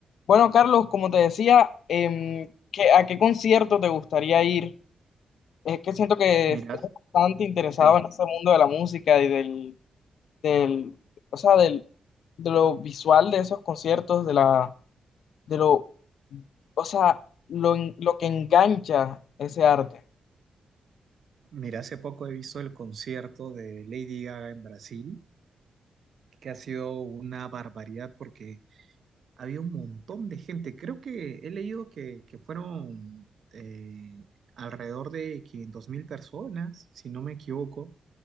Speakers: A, on the left; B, on the right.
A: Bueno, Carlos, como te decía, em, ¿qué- ¿a qué concierto te gustaría ir? Es que siento que
B: Mira,
A: estás bastante
B: hace,
A: interesado en ese mundo de la música y del, del, o sea, del, de lo visual de esos conciertos, de la, de lo, o sea, lo, en- lo que engancha ese arte.
B: mira, hace poco he visto el concierto de Lady Gaga en Brasil, que ha sido una barbaridad porque había un montón de gente. Creo que he leído que, que fueron eh, alrededor de 500 mil personas, si no me equivoco,